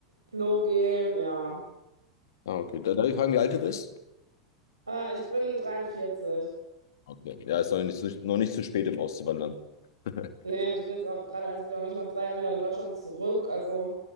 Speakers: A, on the right; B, on the left.
A: Flow gehen, ja.
B: Ah, okay. Da- Darf ich fragen, wie alt du bist?
A: Äh, ich bin 43.
B: Okay. Ja, ist noch nicht, noch nicht zu spät, um auszuwandern. <laughs>
A: Nee, und ich bin jetzt auch gerade erst wieder, noch nicht mal drei Jahre wieder in Deutschland zurück. Also,